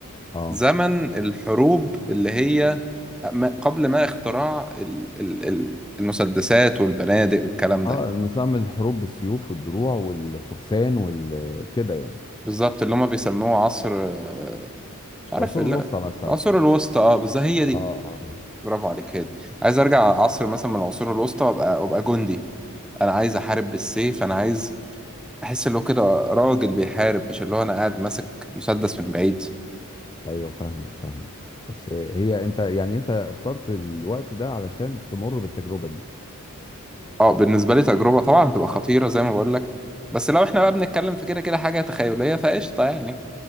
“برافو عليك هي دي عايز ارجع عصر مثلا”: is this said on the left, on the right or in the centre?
Centre